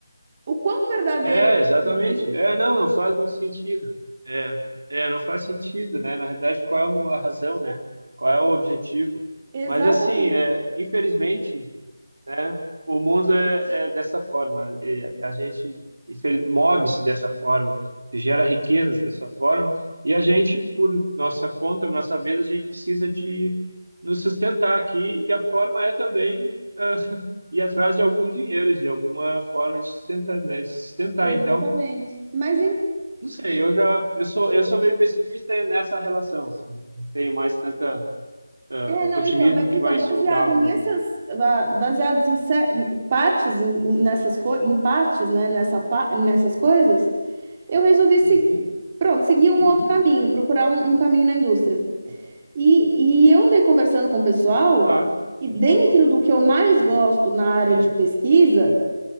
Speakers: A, on the right (about 25°); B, on the right (about 55°).
A: O quão verdadeiro
B: é,
A: é o
B: exatamente.
A: que ele fez?
B: É, não, não faz muito sentido. É, é, não faz sentido, né? Na realidade, qual é o mo- a razão, né? Qual é o objetivo?
A: Exatamente,
B: Mas assim, é, infelizmente. né? O mundo é, é dessa forma. E a gente infel- move-se dessa forma, se gera riquezas dessa forma, e a gente, por nossa conta, por nossa vez, a gente precisa de nos sustentar aqui, e a forma é também ah, <laughs> ir atrás de algum dinheiro, de alguma forma de sustentar, né? de sustentar.
A: exatamente.
B: Então,
A: Mas
B: não sei, eu já eu sou eu sou meio pessimista nessa relação, assim, né? Não tenho mais tanta ah,
A: É, não,
B: otimismo
A: então, mas
B: que
A: então,
B: vai isso
A: baseado
B: mudar algum
A: nessas,
B: dia.
A: ba- baseados em ce- em partes, em, em- nessas co- em partes, né, nessa, pa- nessas coisas, eu resolvi
B: Uhum,
A: seguir, pronto, seguir um
B: uhum,
A: outro caminho, procurar um, um caminho na indústria. E, e eu andei conversando com o pessoal,
B: claro.
A: e dentro
B: claro.
A: do que eu mais gosto na área
B: Sim,
A: de pesquisa,